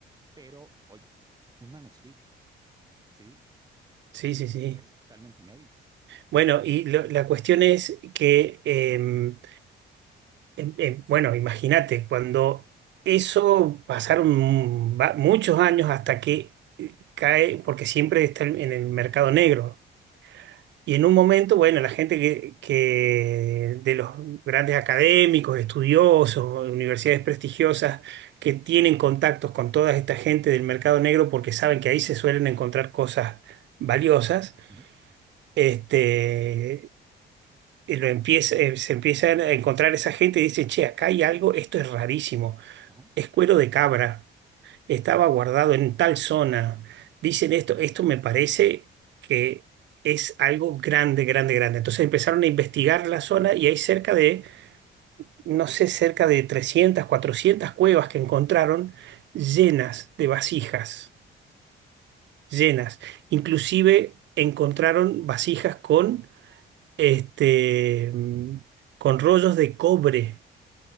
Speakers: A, on the right; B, on the right.
A: Pero, oye, un manuscrito, ¿sí? O
B: sí,
A: sea, es,
B: sí, sí.
A: es es totalmente inédito.
B: Bueno, y lo- la cuestión es que, em, em, em, bueno, imagínate, cuando eso pasaron va- muchos años hasta que eh, cae, porque siempre está en en el mercado negro. Y en un momento, bueno, la gente que, que de los grandes académicos, estudiosos, universidades prestigiosas, que tienen contactos con toda esta gente del mercado negro porque saben que ahí se suelen encontrar cosas valiosas,
A: Uh -huh.
B: este, y lo empieza, eh, se empiezan a encontrar esa gente y dicen, che, acá hay algo, esto es rarísimo,
A: Ajá.
B: es cuero de cabra estaba guardado en tal zona,
A: Uh
B: dicen esto, esto me parece que es algo grande, grande, grande. Entonces empezaron a investigar la zona y hay cerca de, no sé, cerca de 300 400 cuevas que encontraron llenas de vasijas,
A: -huh.
B: llenas. Inclusive
A: sí, ajá.
B: encontraron vasijas con, este, mm, con rollos de cobre